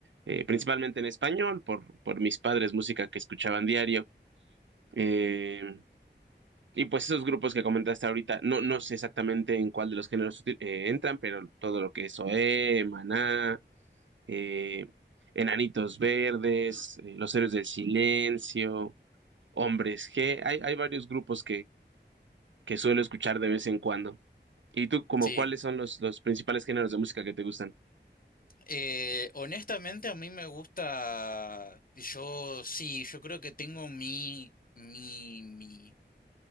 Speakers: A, on the right; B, on the left.
A: eh, principalmente en español, por, por mis padres, música que escuchaban diario. Eh, y pues esos grupos que comentaste ahorita, no, no sé exactamente en cuál de los géneros uti- eh, entran, pero todo lo que es OE, Maná, eh, Enanitos Verdes, eh, Los Héroes del Silencio, Hombres G, hay, hay varios grupos que suelo escuchar de vez en cuando. ¿Y tú, como
B: Sí.
A: cuáles son los, los principales géneros de música que te gustan?
B: Eh, honestamente a mí me gusta, yo sí, yo creo que tengo mi, mi, mi